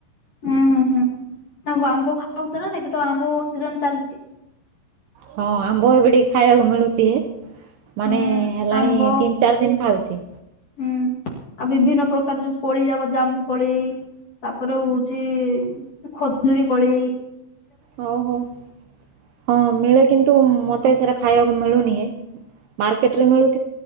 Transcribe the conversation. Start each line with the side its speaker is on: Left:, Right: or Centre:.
Left: ହୁଁ ହୁଁ ହୁଁ <inaudible> ଖାଉଚ ନାଁ ହିଁ କେତେବେଳେ ଆମ୍ବ ସିଜିନି ଚାଲିଛି।
Right: ହଁ ଆମ୍ବ ଏବେ ଟିକେ ଖାଇବାକୁ ମିଳୁଛି। ମାନେ
Left: ହୁଁ।
Right: ହେଲାଣି
Left: ଆମ୍ବ
Right: ତିନି ଚାରି ଦିନ ଖାଉଛି।
Left: ହୁଁ ଆଉ ବିଭିନ୍ନ ପ୍ରକାର ଯୋଉ କଳି ଯାକ ଜାମୁ କଳି ତାପରେ ହଉଛି ଖଜୁରୀ କଳି
Right: ହୋଉ ହୋଉ ହଁ ମେଳେ କିନ୍ତୁ ମତେ ସେଟା ଖାଇବାକୁ ମିଳୁନି ମାର୍କେଟରେ ମିଳୁ